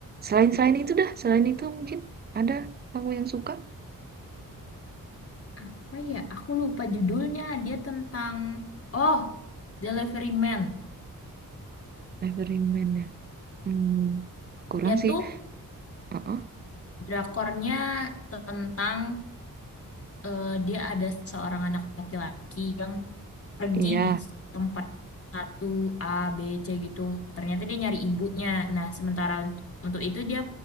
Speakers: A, on the right (about 30°); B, on the left (about 40°).
A: Selain selain itu dah, selain itu mungkin ada kamu yang suka
B: Apa ya? Aku lupa judulnya. Dia tentang Oh, Delivery Man.
A: Nevermind ya. Hmm, kurang
B: Dia
A: sih.
B: tuh
A: Heeh.
B: drakornya tentang eh, dia ada seorang anak laki-laki yang pergi
A: Iya.
B: tempat satu A B C gitu ternyata dia nyari ibunya nah sementara unt- untuk itu dia